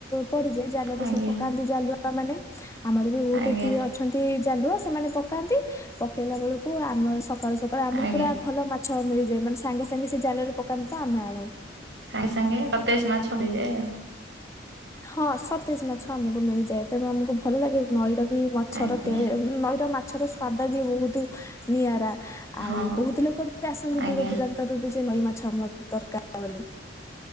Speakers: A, on the left (about 15°); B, on the right (about 70°).
A: ପଡିଯାଏ, ଜାଲରେ
B: ଆଜ୍ଞା
A: ସବୁ ପକାନ୍ତି ଜାଲୁଆ ଜାଲୁଆ ମାନେ, ଆମର ବି ବହୁତ
B: ଆଜ୍ଞା
A: ଏଠି ଅଛନ୍ତି ଜାଲୁଆ ସେମାନେ ପକାନ୍ତି। ପକେଇଲା ବେଳକୁ ଆମର ସକାଳୁ ସକାଳୁ ଆମକୁ
B: ଆଜ୍ଞା
A: ପୁରା ଭଲ ମାଛ ମିଳିଯାଏ ମାନେ ସାଙ୍ଗେ ସାଙ୍ଗେ ସେ ଜାଲରେ ପକାନ୍ତି ତ ଆମେ ଆଣୁ।
B: ସାଙ୍ଗେ ସାଙ୍ଗେ ସତେଜ ମାଛ ମିଳିଯାଏ ଆଉ।
A: ହଁ ସତେଜ ମାଛ ଆମକୁ ମିଳିଯାଏ ତେଣୁ ଆମକୁ ଭଲ ଲାଗେ ନଈର ନଈ ମାଛର
B: ଆଜ୍ଞା
A: ଟେ, ନଈର ମାଛର ସ୍ଵାଦ ବି ବହୁତ। ନିଆରା ଆଉ
B: ହଁ
A: ବହୁତ ଲୋକବି ଆସନ୍ତି
B: ଆଜ୍ଞା
A: ଦୂର ଦୂରାନ୍ତରରେ ଯେ ନଈ ମାଛ ଆର ଦରକାର। ବୋଲି।